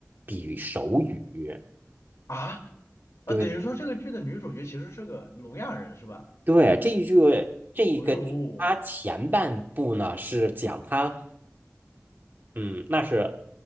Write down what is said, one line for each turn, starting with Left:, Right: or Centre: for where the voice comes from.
Right: 比手语。
Left: 啊啊，
Right: 对
Left: 等于说这个剧的女主角其实是个聋哑人是吧？
Right: 对，这一句这一个，
Left: 哦呦，
Right: 它前半部呢是讲她嗯，那是，